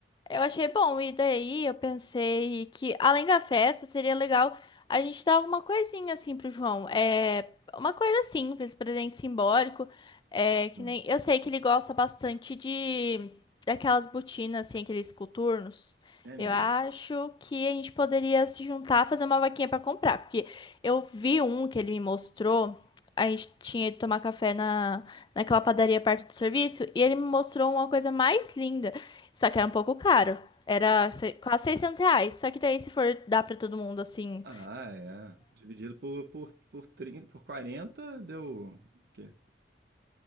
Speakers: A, on the left; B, on the right.
A: Eu achei bom, e daí eu pensei que, além da festa, seria legal a gente dar alguma coisinha assim pro João. É uma coisa simples, presente simbólico. É que
B: Hum.
A: nem. Eu sei que ele gosta bastante de daquelas botinas, assim, aqueles coturnos.
B: É mesmo?
A: Eu acho que a gente poderia se juntar, fazer uma vaquinha pra comprar. Porque eu vi um que ele me mostrou. A gente tinha ido tomar café na, naquela padaria perto do serviço. E ele me mostrou uma coisa mais linda. Só que era um pouco caro. Era se- quase 600 reais. Só que daí, se for dar pra todo mundo assim.
B: Ah, é. Dividido por, por, por, 30, por 40 deu. O quê?